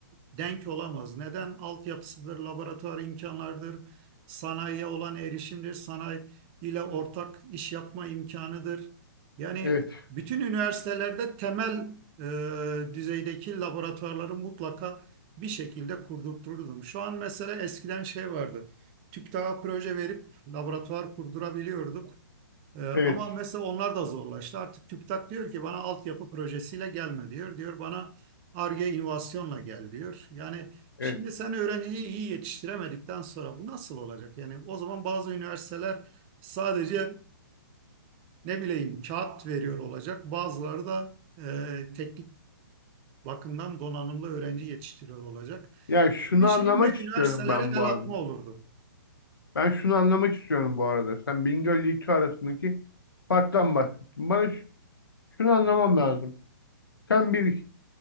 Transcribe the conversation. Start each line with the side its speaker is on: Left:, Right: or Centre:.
Right: denk olamaz. Neden? Altyapısıdır, laboratuvar imkanlarıdır, sanayiye olan erişimdir, sanayi ile ortak iş yapma imkanıdır. Yani
Left: Evet,
Right: bütün üniversitelerde temel e, düzeydeki laboratuvarları mutlaka bir şekilde kurdurturdum. Şu an mesela eskiden şey vardı. TÜBİTAK'a proje verip laboratuvar kurdurabiliyorduk. Ee, ama
Left: evet,
Right: mesela onlar da zorlaştı. Artık TÜBİTAK diyor ki bana altyapı projesiyle gelme diyor. Diyor bana Ar-Ge inovasyonla gel diyor. Yani şimdi
Left: evet.
Right: sen öğrenciyi iyi yetiştiremedikten sonra bu nasıl olacak? Yani o zaman bazı üniversiteler sadece ne bileyim kağıt veriyor olacak. Bazıları da e, teknik bakımdan donanımlı öğrenci yetiştiriyor olacak.
Left: Ya şunu
Right: Bir
Left: anlamak
Right: şeyin de üniversitelere
Left: istiyorum ben
Right: el
Left: bu arada.
Right: atma olurdu.
Left: Ben şunu anlamak istiyorum bu arada. Sen Bingöl ile İTÜ arasındaki farktan bahsettin. Bana ş- şunu anlamam lazım. Sen bir